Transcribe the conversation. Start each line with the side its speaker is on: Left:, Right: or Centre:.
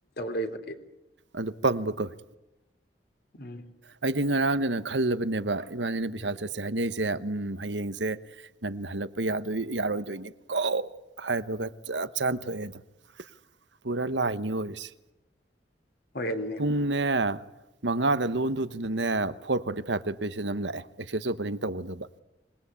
Left: ꯂꯩꯕꯒ‌ꯦ
Right: ꯑꯗꯨ ꯄꯪꯕ ꯀꯧꯏ
Left: ꯎꯝ
Right: ꯑꯩꯗꯤ ꯉꯔꯥꯡꯗꯅ ꯈꯜꯂꯕꯅꯦꯕ ꯏꯕꯥꯅꯤꯅ ꯄꯩꯁꯥ ꯆꯠꯁꯦ ꯍꯥꯏꯅꯩꯁꯦ ꯎ ꯍꯌꯦꯡꯁꯦ ꯉꯟꯅ ꯍꯜꯂꯛꯄꯗꯣꯏ ꯌꯥꯔꯣꯏꯗꯣꯏꯅꯤ ꯀꯣ ꯍꯥꯏꯕꯒ ꯆꯞ ꯆꯥꯅ ꯊꯣꯛꯑꯦ ꯑꯗꯣ ꯄꯨꯔꯥ ꯂꯥꯏꯅꯤ ꯑꯣꯏꯔꯤꯁꯦ
Left: ꯍꯣꯏ ꯑꯗꯨꯅꯦ
Right: ꯄꯨꯡꯅꯦ ꯃꯉꯥꯗ ꯂꯣꯟꯗꯨꯗꯨꯅꯅꯦ ꯐꯣꯔ ꯐꯣꯔꯇꯤ ꯐꯥꯏꯚꯇ ꯄꯦꯁ ꯑꯗꯨ ꯑꯃ ꯂꯥꯛꯑꯦ ꯑꯦꯛꯁꯦꯁ ꯑꯣꯄꯅꯤꯡ ꯇꯧꯒꯗꯕ